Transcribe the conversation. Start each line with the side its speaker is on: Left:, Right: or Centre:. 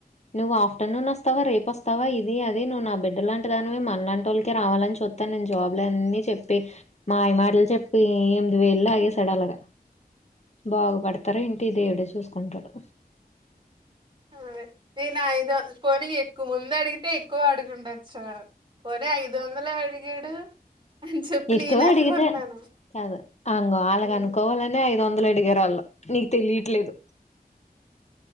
Left: నువ్వు ఆఫ్టర్నూన్ వస్తావా రేపు వస్తావా ఇది అది నువ్వు నా బిడ్డ లాంటి దానివి మనలాంటోళ్ళకే రావాలని చూత్తను నేను జాబ్ అన్నీ చెప్పి మాయ మాటలు చెప్పి ఎనిమిది వేలు లాగేస్ సడలగ బాగుపడతారు ఏంటి దేవుడే చూ చూసుకుంటాడు
Right: అదే నేను ఐదు పోనీ ఎక్కువ ముందు అడిగితే ఎక్కువ అడుకుండొచ్చు పోనీ ఐదు వందలే అడిగాడు అని చెప్పి
Left: ఎక్కువ
Right: నేనే అనుకున్నాను
Left: అడిగితే కాదు అంగ అలాగానుకోవాలని
Right: ఉమ్
Left: ఐదు వన్ దలు అడిగారు వాళ్ళ నీకు తెలీట్లేదు